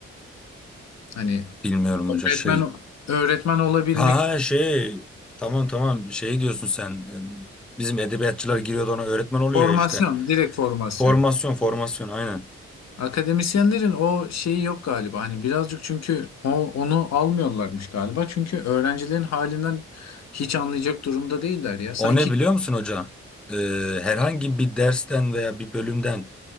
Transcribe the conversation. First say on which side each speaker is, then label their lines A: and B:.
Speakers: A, on the left (about 60°); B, in the centre.
A: Hani
B: Bilmiyorum
A: öğretmen
B: hoca şey.
A: öğretmen olabilmek
B: Ha ha, şey. Tamam tamam şey diyorsun sen. Em, Bizim edebiyatçılar giriyordu ona öğretmen oluyor
A: formasyon
B: ya işte.
A: direkt formasyon.
B: Formasyon formasyon aynen.
A: Akademisyenlerin o şeyi yok galiba. Hani birazcık çünkü o, onu almıyorlarmış galiba. Çünkü öğrencilerin halinden hiç anlayacak durumda değiller ya. Sanki
B: O ne biliyor musun hoca? Ee, herhangi bir dersten veya bir bölümden